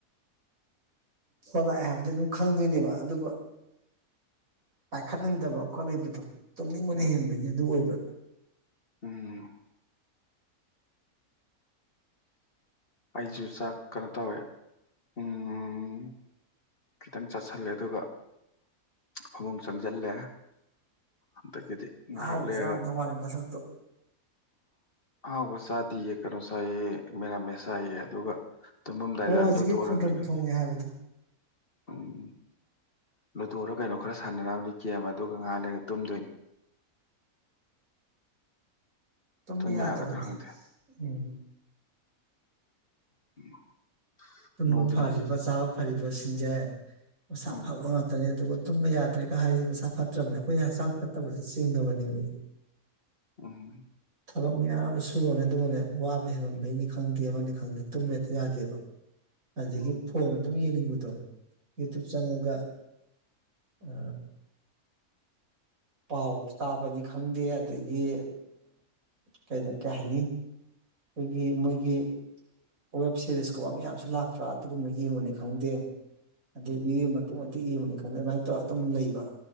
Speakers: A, on the right (about 65°); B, on the left (about 40°).
A: ꯐꯣꯟ ꯂꯥꯛꯑꯦ ꯍꯥꯏꯕꯗꯤ ꯑꯗꯨꯝ ꯈꯪꯗꯣꯏꯅꯦꯕ ꯑꯗꯨꯒ ꯄꯥꯏꯈꯠꯅꯤꯡꯗꯕ ꯑꯃꯈꯠ ꯂꯩꯕꯗꯣ ꯇꯨꯝꯅꯤꯡꯕꯅ
B: ꯎꯝ
A: ꯍꯦꯟꯕꯒꯤ ꯑꯗꯨ ꯑꯣꯏꯕ
B: ꯎꯝ ꯑꯩꯁꯨ ꯆꯥꯛ ꯀꯩꯅꯣ ꯇꯧꯋꯦ ꯎꯝ ꯈꯤꯇꯪ ꯆꯥꯁꯤꯜꯂꯦ ꯑꯗꯨꯒ ꯐꯃꯨꯡ ꯆꯪꯁꯤꯜꯂꯦ ꯑꯗꯒꯤꯗꯤ ꯉꯥꯏꯍꯥꯛ
A: ꯑꯍꯥꯎꯕ
B: ꯂꯩꯔꯒ
A: ꯆꯥꯔꯝꯗꯧ ꯃꯥꯜꯂꯤ ꯃꯁꯛꯇꯣ
B: ꯑꯍꯥꯎꯕ ꯆꯥꯗꯤꯌꯦ ꯀꯩꯅꯣ ꯁꯥꯏꯑ ꯃꯦꯔꯥꯃꯦ ꯁꯥꯏꯌꯦ ꯑꯗꯨꯒ ꯇꯨꯝꯃꯝꯗꯥꯏꯗ
A: ꯑꯣ ꯍꯧꯖꯤꯛꯀꯤ
B: ꯂꯨꯗꯣꯔ
A: ꯈꯣꯡꯗ꯭ꯔꯝ
B: ꯀꯩꯅꯣ
A: ꯊꯣꯡꯉꯦ ꯍꯥꯏꯕꯗꯣ
B: ꯎꯝ ꯂꯨꯗꯣꯔꯥ ꯀꯩꯅꯣ ꯈꯔ ꯁꯥꯟꯅꯔꯛꯑꯕꯅꯤ ꯒꯦꯝ ꯑꯗꯨꯒ ꯉꯍꯥ ꯂꯩꯔ ꯇꯨꯝꯗꯣꯏꯅꯤ
A: ꯊꯃ
B: ꯇꯨꯝꯕ
A: ꯌꯥ
B: ꯌꯥꯒꯗ꯭ꯔꯥ
A: ꯇꯕꯅꯦ
B: ꯈꯪꯗꯦ
A: ꯎꯝ
B: <inaudible>
A: ꯇꯨꯝꯕꯥ
B: ꯅꯣꯡꯗꯤ
A: ꯐꯔꯤꯕꯥ
B: ꯃ
A: ꯆ ꯐꯔꯤꯕꯁꯤꯡꯁꯦ ꯃꯁꯥ
B: ꯎꯝ
A: ꯐꯕꯥ ꯉꯇꯅꯦ ꯑꯗꯨꯒ ꯇꯨꯝꯕ ꯌꯥꯗ꯭ꯔꯦꯒ ꯍꯥꯏꯁꯦ ꯃꯁꯥ ꯐꯠꯇ꯭ꯔꯕꯅꯤ ꯑꯩꯈꯣꯏ ꯍꯛꯆꯥꯡ ꯐꯠꯇꯕꯁꯦ ꯆꯤꯡꯉꯕꯅꯦ ꯃꯤ
B: ꯎꯝ
A: ꯊꯕꯛ ꯃꯌꯥꯝ ꯁꯨꯔꯅꯦ ꯑꯗꯨꯒꯅꯦ ꯋꯥꯕ ꯍꯦꯃꯟꯕꯩꯅꯤ ꯈꯪꯗꯦ ꯑꯃꯅꯤ ꯈꯪꯗꯦ ꯇꯨꯝꯂꯦ ꯌꯥꯗꯦꯕ ꯑꯗꯒꯤ
B: ꯎꯝ
A: ꯐꯣꯟ ꯑꯗꯨꯝ ꯌꯦꯡꯅꯤꯡꯕ ꯇꯣꯏ ꯌꯨꯇꯨꯕ ꯆꯉꯒꯥ ꯑ ꯄꯥꯎ ꯇꯥꯕꯅꯤ ꯈꯪꯗꯦ ꯑꯗꯒꯤ ꯀꯩꯅ ꯀꯩꯍꯥꯏꯅꯤ ꯑꯩꯈꯣꯏꯒꯤ ꯃꯣꯏꯒꯤ ꯋꯦꯕ ꯁꯤꯦꯔꯤꯁꯀꯨꯝꯕ ꯃꯌꯥꯝꯁꯨ ꯂꯥꯛꯇ꯭ꯔꯥ ꯑꯗꯨꯒꯨꯝꯕ ꯌꯦꯡꯕꯅꯤ ꯈꯪꯗꯦ ꯑꯗꯗꯒꯤ ꯃꯇꯤꯛ ꯃꯇꯤꯦꯛ ꯌꯦꯡꯕꯅꯤ ꯈꯪꯗꯦ ꯑꯗꯨꯃꯥꯏꯅ ꯇꯧꯔꯒ ꯑꯗꯨꯝ ꯂꯩꯕ